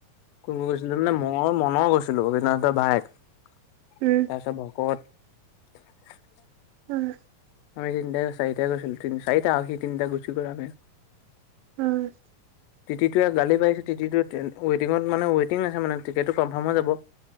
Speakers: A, on the left; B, on the right.
A: কোন গৈছিলো মানে মই মনৰ গৈছিলো ৰবীদ্ৰনাথৰ ভায়েক। তাৰপিছত
B: উম
A: ভকত,
B: উম!
A: আমি তিনিটা চাৰিটা গৈছিলোঁ তি চাৰিটা আ সি তিনিটা ঘুচি গল আমি
B: উম!
A: টিটিটো গালি পাৰিছে টিটিটো ৱটিঙত মানে ৱেটিং আছে মানে টিকেটটো কনফাৰ্ম হৈ যাব।